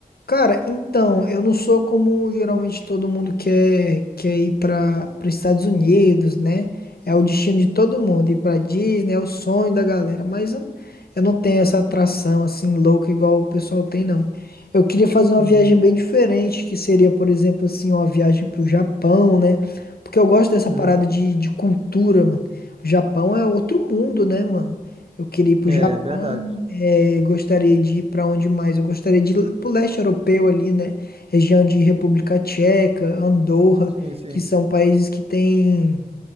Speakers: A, on the left; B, on the right.
A: Cara, então, eu não sou como geralmente todo mundo quer, quer ir para os Estados Unidos, né? É o destino de todo mundo, ir para Disney é o sonho da galera, mas eu, eu não tenho essa atração assim louca igual o pessoal tem, não. Eu queria fazer uma
B: Uhum,
A: viagem bem diferente, que seria, por exemplo, assim, uma viagem para o Japão, né? Porque eu gosto dessa
B: uhum.
A: parada de, de cultura, mano. O Japão é outro mundo, né, mano? Eu queria ir pro
B: É
A: Japão.
B: verdade.
A: É, gostaria de ir para onde mais? Eu gostaria de ir para o leste europeu ali, né? Região de República Tcheca, Andorra,
B: Sim, sim.
A: que são países que têm